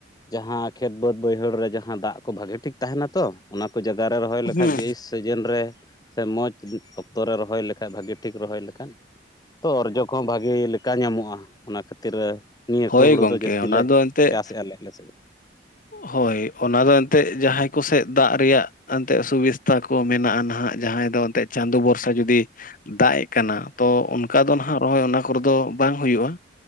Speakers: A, on the left (about 20°); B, on the left (about 45°).
A: ᱡᱟᱦᱟᱸ ᱠᱷᱮᱛ ᱵᱟᱹᱫᱽ ᱵᱟᱹᱭᱦᱟᱹᱲ ᱨᱮ ᱡᱟᱦᱟᱸ ᱫᱟᱜᱽ ᱠᱚ ᱵᱷᱟᱜᱮ ᱴᱷᱤᱠ ᱛᱟᱦᱮᱸᱱᱟ ᱛᱚ ᱚᱱᱟ ᱠᱚ ᱡᱟ <inaudible> ᱨᱚᱦᱚᱭ ᱞᱮᱠᱷᱟᱭ
B: ᱦᱩᱸ
A: ᱵᱮᱥ ᱥᱮᱡᱮᱱ ᱨᱮ ᱥᱮ ᱢᱚᱡᱽ ᱚᱠᱛᱚ ᱨᱮ ᱨᱚᱦᱚᱭ ᱞᱮᱠᱷᱟᱭ ᱵᱷᱟᱜᱮ ᱴᱷᱤᱠ ᱨᱚᱦᱚᱭ ᱞᱮᱠᱷᱟᱱ ᱛᱚ ᱚᱨᱡᱚ ᱠᱚᱦᱚᱸ ᱵᱷᱟᱜᱮ ᱞᱮᱠᱟ ᱧᱟᱢᱚᱜᱼᱟ ᱚᱱᱟ ᱠᱷᱟᱹᱛᱤᱨ ᱨᱮ ᱱᱤᱭᱟᱹ
B: ᱦᱳᱭ
A: ᱠᱚ ᱦᱩᱲᱩ
B: ᱜᱚᱝᱠᱮ
A: ᱫᱚ ᱡᱟᱹᱥᱛᱤ
B: ᱚᱱᱟ
A: ᱞᱮ
B: ᱫᱚ ᱮᱱᱛᱮᱫ
A: ᱪᱟᱥᱮ ᱟᱞᱮ ᱟᱞᱮ ᱥᱮᱜ ᱫᱚ᱾
B: ᱦᱳᱭ ᱚᱱᱟ ᱫᱚ ᱮᱱᱛᱮᱜ ᱡᱟᱦᱟᱸᱭ ᱠᱚᱥᱮᱜ ᱫᱟᱜᱽ ᱨᱮᱭᱟᱜ ᱮᱱᱛᱮᱜ ᱥᱩᱵᱤᱥᱛᱟ ᱠᱚ ᱢᱮᱱᱟᱜᱼᱟ ᱱᱟᱦᱟᱸᱜ ᱡᱟᱦᱟᱸᱭ ᱫᱚ ᱮᱱᱛᱮᱜ ᱪᱟᱸᱫᱚ ᱵᱷᱚᱨᱥᱟ ᱡᱩᱫᱤ ᱫᱟᱜᱽ ᱮᱜ ᱠᱟᱱᱟ ᱛᱚ ᱚᱱᱠᱟ ᱫᱚ ᱱᱟᱦᱟᱸᱜ ᱨᱚᱦᱚᱭ ᱚᱱᱟ ᱠᱚᱨᱮ ᱫᱚ ᱵᱟᱝ ᱦᱩᱭᱩᱜᱼᱟ᱾